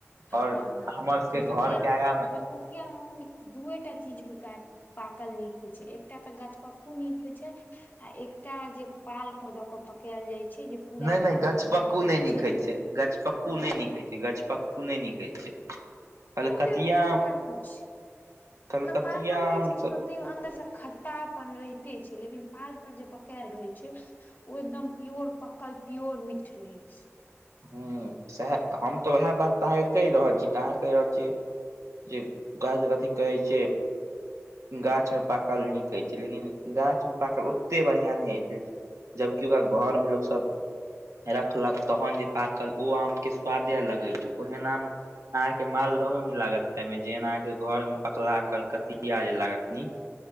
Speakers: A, on the left; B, on the right.
A: हँ
B: और
A: हँ
B: हमर सबके
A: कलकतिया
B: घर के आगा मे।
A: कलकतिया दूएटा चीज बेकार पाकल नीक होइ छै एकटा तऽ गाछपक्कू नीक होइ छै। आ एकटा जे पाल पर दऽ क पकायल जाइ छै जे। पूरा
B: नहि
A: एकदम
B: नहि गछपक्कू
A: पियर भऽ जाइ
B: नहि निक है छै गछपक्कू नहि
A: आँय
B: निक है छै गछपक्कू नहि निक है छै। कलकतिया
A: ठीकठाक छै
B: कलकतिया
A: मतलब पाकल रहै
B: आम
A: छै। तैयो अन्दर से खट्टा अपन रहिते छै लेकिन पाल पर जे पकायल रहे छै ओ एकदम प्योर पकल प्योर मीठ रहै छै।
B: हुं सएह हम तऽ उएह बात तऽ अहाँके कहि रहल छी तऽ अहाँ कहि रहल छियै जे <unintelligible> अथि कहै छै गाछमे पाकल नीक होइत छै लेकिन गाछमे पाकल ओतेक बढ़िआँ नहि होइत छै। जबकि ओकरा घर मे लोक सब रखलक तखन जे पाकल ओ आम के स्वादे अलग होइ छै, ओहेन आम अहाँके मालदहो नै लागत खाय मे, जेहन अहाँके घर मे पकलाहा कलकतिया जे लागत नीक।